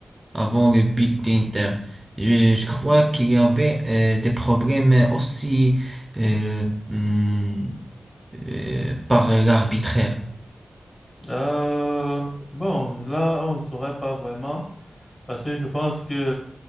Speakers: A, on the right (about 20°); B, on the left (about 30°).
A: avant le but d'Inter. Je, je crois qu'il y avait euh, des problèmes aussi euh, hum, euh, par l'arbitraire.
B: Euh, bon, là, on ne saurait pas vraiment, parce que je pense que